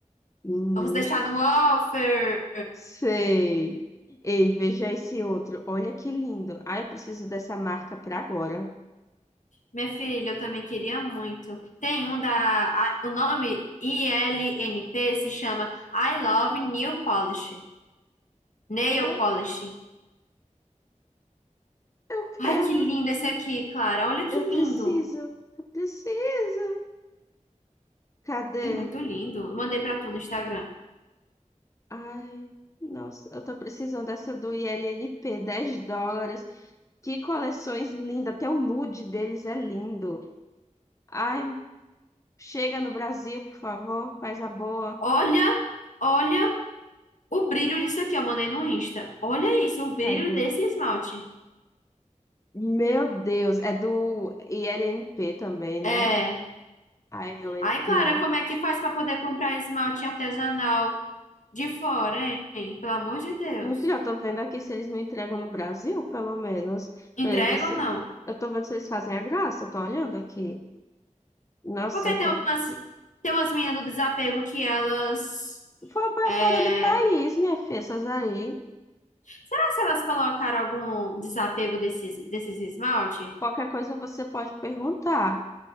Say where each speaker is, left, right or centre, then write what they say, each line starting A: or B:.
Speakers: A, on the left; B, on the left.
A: Menina,
B: Vamos deixar no offer.
A: sei. Ei, veja esse outro. Olha que lindo. Ah, eu preciso dessa marca pra agora.
B: Minha filha, eu também queria muito. Tem um da. a- o nome ILNP se chama I Love Nail Polish. Nail
A: Ah,
B: Polish.
A: eu quero.
B: Ai, que lindo esse aqui, Clara. Olha que
A: Eu
B: lindo.
A: preciso. Eu preciso. Cadê?
B: É muito lindo. Eu mandei pra tu no Instagram.
A: Ai, nossa, eu tô precisando dessa do ILNP, 10 dólares. Que coleções lindas. Até o nude deles é lindo. Ai, Chega no Brasil, por favor, faz a boa.
B: Olha, olha o brilho disso aqui. Eu mandei no Insta. Olha isso, o brilho
A: Cadê?
B: desse esmalte.
A: Meu Deus, é do ILNP também, né?
B: É.
A: ILNP.
B: Ai, Clara, como é que faz pra poder comprar esmalte artesanal de fora, hein? Pelo amor de Deus.
A: Enfim, eu tô vendo aqui se eles não entregam no Brasil, pelo menos,
B: Entrega
A: pra eles ver se.
B: ou não?
A: Eu tô vendo se eles fazem a graça, eu tô olhando aqui. Nossa,
B: Porque
A: como.
B: tem umas, tem umas meninas do desapego que elas.
A: Vão pra
B: é,
A: fora do país, minha filha, essas aí.
B: Será se elas colocaram algum desapego desses, desses esmalte?
A: Qualquer coisa você pode perguntar.